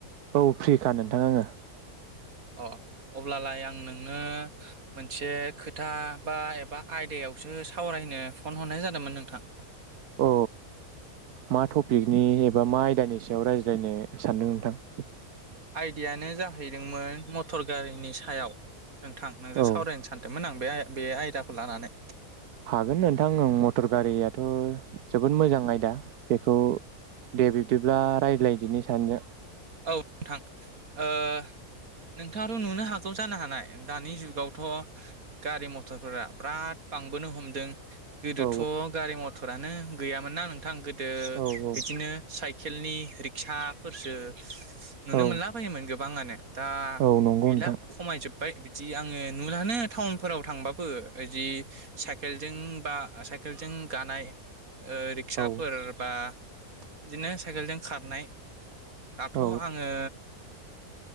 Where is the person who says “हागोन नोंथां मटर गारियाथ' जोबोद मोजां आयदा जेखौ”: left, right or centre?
Right